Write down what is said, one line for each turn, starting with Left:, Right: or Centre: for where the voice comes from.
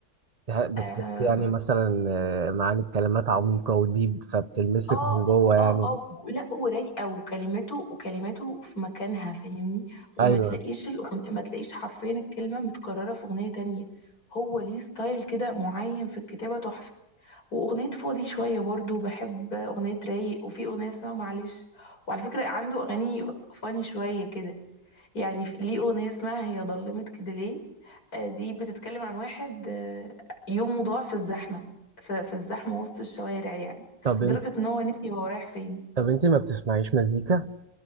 Right: بتح- بتحس
Left: آه،
Right: يعني مثلا آه، معاني الكلمات عميقة وديب فبتلمسك
Left: اه
Right: من جوه يعني
Left: اه اه لا ورايقه وكلماته وكلماته في مكانها فاهمني وما
Right: أيوه
Left: تلاقيش الأغن... ما تلاقيش حرفيا الكلمه متكرره في اغنيه تانية هو ليه ستايل كده معين في الكتابه تحفه واغنيه فاضي شويه برضو بحب اغنيه رايق وفي اغنيه اسمها معلش وعلى فكره عنده اغاني فاني شويه كده يعني في- ليه أغنية اسمها هي ضلمت كده ليه آه، دي بتتكلم عن واحد آه، يومه ضاع في الزحمة ف- في الزحمة وسط الشوارع يعني
Right: طب
Left: لدرجة
Right: أنت
Left: ان هو نسي هو رايح فين
Right: طب أنت ما بتسمعيش مزيكا